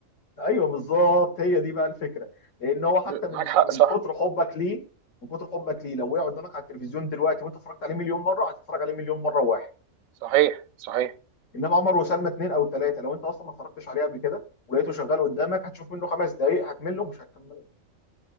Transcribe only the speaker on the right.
ب-
معاك حق
صح
صحيح صحيح